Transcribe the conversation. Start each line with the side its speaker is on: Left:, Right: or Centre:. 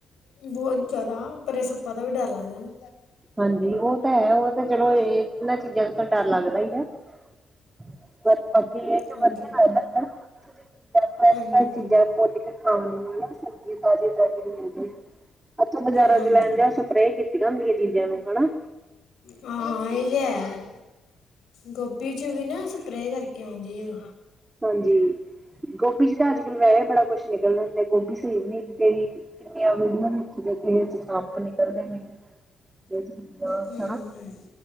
Left: ਬਹੁਤ ਜ਼ਿਆਦਾ ਪਰੇ ਸੱਪਾ ਦਾ ਵੀ ਡਰ ਲੱਗਦਾ ਨਾ,,
Right: ਹਾਂਜੀ, ਉਹ ਤਾਂ ਹੈ ਉਹ ਤਾਂ ਚਲੋ ਇਨਾਂ ਚੀਜ਼ਾਂ ਤੋਂ ਤਾਂ ਡਰ ਲੱਗਦਾ ਇ ਐ।, <unintelligible> ਏ ਅ ਕਿ ਵਧੀਆ
Left: ਹਾਂਜੀ
Right: ਲੱਗਦਾ ਹਨਾ ਓਥੇ ਦੀਆਂ ਚੀਜ਼ਾਂ ਫਰੈਸ਼
Left: ਹਾਂਜੀ
Right: ਫਰੈਸ਼ ਚੀਜ਼ਾਂ ਪੁੱਟ ਕੇ ਖਾਣ ਨੂੰ ਨਾ। ਹਾਂਜੀ ਤਾਜ਼ੀ ਤਾਜ਼ੀ ਮਿਲਦੀਆ, ਅੱਛਾ ਬਾਜ਼ਾਰਾਂ
Left: ਹਾਂਜੀ
Right: ਚ ਲੈਣ ਜਾਓ ਸਪਰੇ ਕੀਤੀਆਂ ਹੁੰਦੀਆਂ। ਦੁਜੀਆਂ ਨੂੰ ਹਨਾ
Left: ਹਾਂ ਏਹ ਤੇ ਹੈ। ਗੋਭੀ ਚ ਵੀ ਨਾ ਸਪਰੇ ਕਰਨ ਕੇ ਆਉਂਦੀ ਏ।
Right: ਹਾਂਜੀ, ਗੋਭੀ ਜੀ ਤਾਂ ਅੱਜ ਕੱਲ ਵੈਹੇ ਬੜਾ ਕੁਛ ਨਿਕਲਦੇ ਨੇ ਜੇ ਗੋਭੀ ਸਈ ਨੀ ਹੈਗੀ ਤੇਈ ਕਿੰਨੀਆਂ ਵੀਡੀਓ ਵਿੱਚ ਦੇਖੀ ਏਚ ਸੱਪ ਨਿਕਲਦੇ ਨੇ <unintelligible>
Left: ਹੂੰ